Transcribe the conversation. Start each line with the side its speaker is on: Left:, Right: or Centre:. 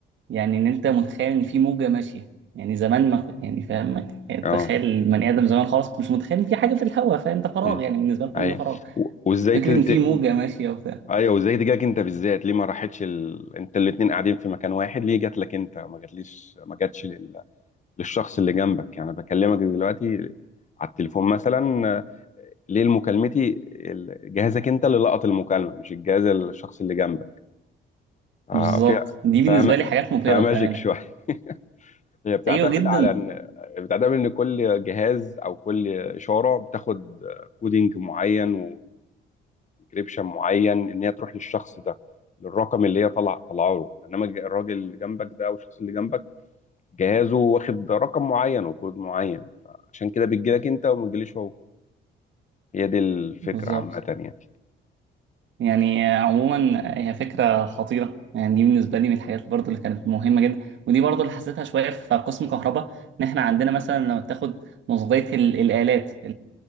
Right: يعني إن أنت متخيل إن في موجة ماشية يعني زمان ما يعني فاهم ما- يعني تخيل
Left: اه
Right: البني آدم زمان خالص مش متخيل إن في حاجة في الهواء فاهم ده فراغ
Left: مم.
Right: يعني بالنسبة لهم
Left: ايوه
Right: ده فراغ
Left: و- وازاي
Right: فكرة
Left: ت... ت...
Right: إن في موجة
Left: و-
Right: ماشية وبتاع
Left: ايوه وازاي تجاك انت بالذات ليه ما راحتش ال... انت الاتنين قاعدين في مكان واحد ليه جات لك انت ما جاتليش ما جاتش لل... للشخص اللي جنبك يعني بكلمك دلوقتي على التليفون مثلا آه، ليه مكالمتي ال- جهازك انت اللي لقط المكالمه مش الجهاز الشخص اللي جنبك آه
Right: بالظبط
Left: في
Right: دي
Left: فاهم
Right: بالنسبة لي حاجات مبهرة
Left: فماجيك
Right: بأمانة
Left: شويه <laughs> هي بتعتمد
Right: أيوه جدا
Left: على ان بتعتمد ان كل جهاز او كل اشاره بتاخد كودينج معين سبسكريبشن معين ان هي تروح للشخص ده للرقم اللي هي طلع طلعه له انما الج- الراجل اللي جنبك ده او الشخص اللي جنبك جهازه واخد رقم معين وكود معين فعشان كده بتجيلك انت وما بتجيليش هو هي دي الفكره
Right: بالظبط
Left: عامه يعني
Right: يعني عموما هي فكرة خطيرة يعني دي بالنسبة لي من الحاجات برضو اللي كانت مهمة جدا ودي برضو اللي حسيتها شوية في قسم كهرباء إن إحنا عندنا مثلا لما بتاخد نظرية ال- الآلات